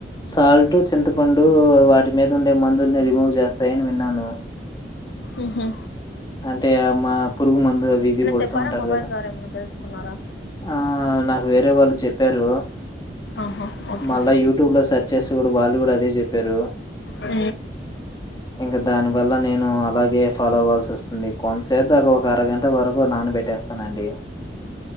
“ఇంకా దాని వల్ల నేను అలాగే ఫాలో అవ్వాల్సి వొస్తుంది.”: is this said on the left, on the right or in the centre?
Left